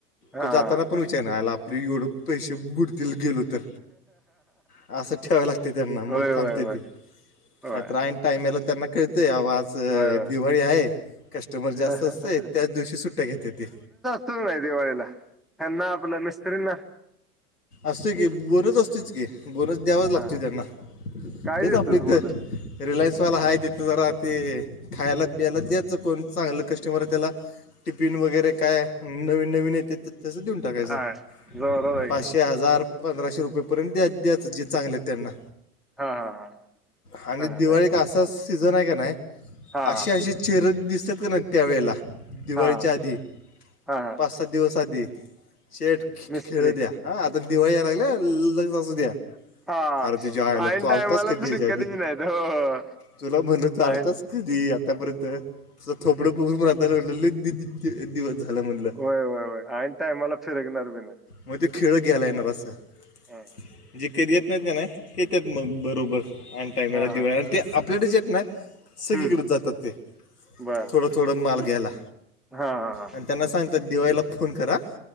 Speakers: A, in the centre; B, on the left.
A: हा
B: तर जाताना पण विचार नाही आला आपली एवढं पैसे बुड तिल गेलो तर. असं ठेवाय लागतंय त्यांना मग
A: होय होय
B: थांबते
A: होय
B: ते.
A: होय
B: नाहीतर ऐनं टाइमला त्यांना कळतय बाबा आज च
A: होय
B: दिवाळी हाय, कस्टमर जास्त
A: होय
B: असतंय त्याच दिवशी सुट्ट्या घेत्यात ते.
A: सण नाही दिवाळीला ह्यांना आपल्या मिस्त्रींना.
B: असतोय की बोनस असतोयच की, बोनस द्यावाच लागतोय
A: हा
B: त्यांना.
A: काय
B: तेच
A: देतोस
B: आपलं इथं
A: बोनस?
B: रिलायन्सवाला आहे तिथं जरा ते खायला पियाला द्याचं कोण चांगलं कस्टमर आहे त्याला टिफिन वगैरे काय नवीन नवीन येतेत ते तसं देऊन टाकायचं
A: आ जोरात आहे
B: पाचशे
A: जाम.
B: हजार पंधराशे रुपये पर्यंत द्या द्याच जे चांगलेत त्यांना.
A: हा हा हा
B: आणि
A: सांगा
B: दिवाळी
A: नाही
B: एक असा सीझन आहे का नाही
A: हा
B: अशी अशी चेहरचं दिसत्यात का नाही त्यावेेळेला दिवाळीच्या
A: हा
B: आधी
A: हा
B: पास दिवस‌ आधी शेठ
A: मिस्त्री
B: हा आता दिवाळी याय लागल्या लक्ष असू द्या.
A: हा
B: अरे तुझ्या आईला
A: ऐन
B: तू आलतास
A: टायमाला
B: कधी
A: फिरकत
B: हेज्या आधी.
A: बी नाहीत हो
B: तुला म्हण तु आलतास?
A: ऐन
B: तरी आतापर्यंत तुझ थोबडं बघूनपण आताला म्हटलंले लई दि दि दि दिवस झालं म्हणलं
A: होय होय होय ऐन टायमाला फिरकणार बी नाही.
B: मग ते खेळ घ्यायला येणार असं
A: हा
B: म्हणजे कधी येत नाहीत का नाही. येत्यात मग बरोबर ऐन टायमला
A: हा हा.
B: दिवाळी आणि ते आपल्याडेच येत नाय. सगळीकडंच
A: हम्म
B: जातात ते
A: बर
B: थोडं थोडं माल घ्यायला.
A: हा हा
B: आणि त्यांना सांगतात दिवाळीला फोन करा.